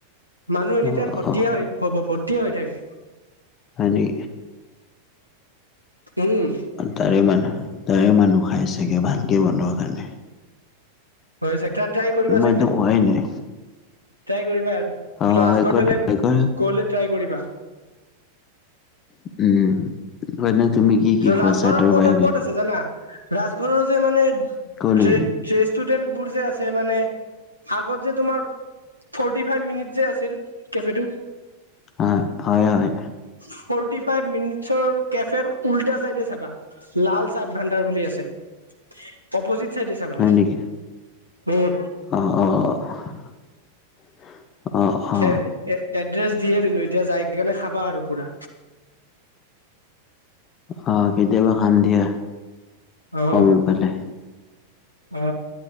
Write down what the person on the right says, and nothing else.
মানুহ এনি
টাইম ভৰ্তিয়ে
হব ভৰ্তিয়ে হৈ থাকে।
উম,
হয় ট্ৰাই কৰিবা
চোন একদিন।
ট্ৰাই কৰিবা
ৰাজগড়
ফালে
গ'লে ট্ৰাই কৰিবা।
ৰাজঘৰৰ
ক'ত
ক'ত আছে জানা। ৰাজঘৰ যে মানে
ষ্টুডেণ্ট বুৰ যে আছে মানে আগত যে তোমাৰ। ফৰ্টি ফাইভ মিনিট যে আছিল কেফেটো।
ফৰটি ফাইভ মিনিট ৰ কেফেৰ উল্টা চাইডে চাবা লাল চাট ভাণ্ডাৰ বুলি আছে। অপ'জিত চাইডে চাবা
উম
এ-এ-এড্ৰেছ দিয়ে দিলো এতিয়া যাই কিনে খাবা আৰু পুৰা।
অ
অ।